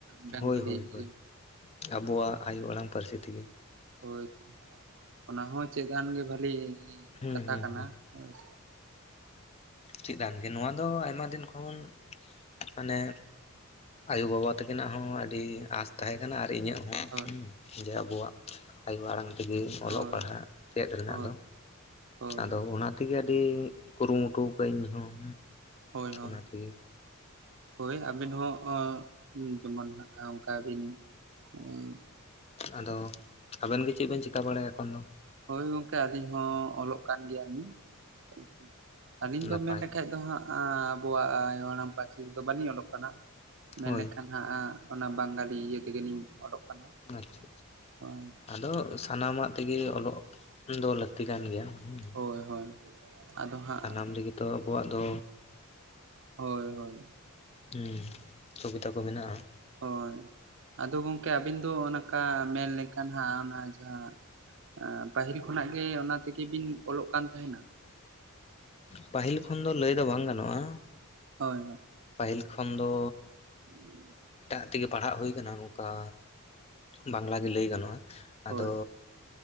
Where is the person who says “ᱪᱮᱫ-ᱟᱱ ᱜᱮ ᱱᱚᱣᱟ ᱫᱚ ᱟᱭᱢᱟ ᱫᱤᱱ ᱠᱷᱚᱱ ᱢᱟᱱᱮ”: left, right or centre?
Left